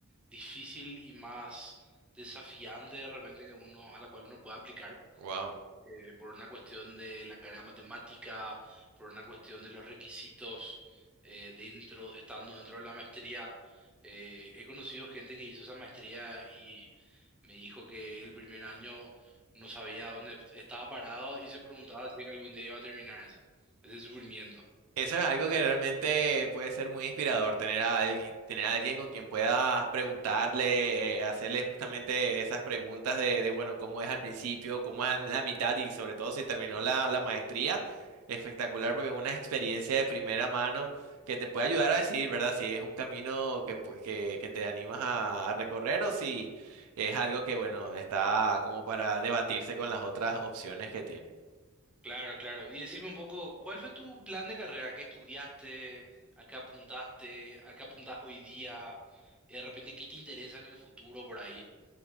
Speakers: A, in the centre; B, on the right.
A: difícil y más desafiante de repente que uno a la cual uno puede aplicar
B: Wow.
A: eh, por una cuestión de la carga matemática, por una cuestión de los requisitos eh, dentro, estando dentro de la maestría. Eh, he conocido gente que hizo esa maestría y me dijo que el primer año no sabía dónde estaba parado y se preguntaba si es que algún día iba a terminar eso, ese sufrimiento.
B: Eso es algo que realmente puede ser muy inspirador, tener a, algui- tener a alguien con quien puedas preguntarle, eh, hacerle justamente esas preguntas de, de, bueno, cómo es al principio, cómo es a la mitad y sobre todo si terminó la, la maestría. Espectacular porque es una experiencia de primera mano que te puede ayudar a decidir, ¿verdad? Si es un camino que, pu- que, que te animas a, a recorrer o si es algo que, bueno, está como para debatirse con las otras opciones que tienes.
A: Claro, claro. Y decime un poco, ¿cuál fue tu plan de carrera? ¿Qué estudiaste? ¿A qué apuntaste? ¿A qué apuntás hoy día? Y de repente, ¿qué te interesa en el futuro por ahí?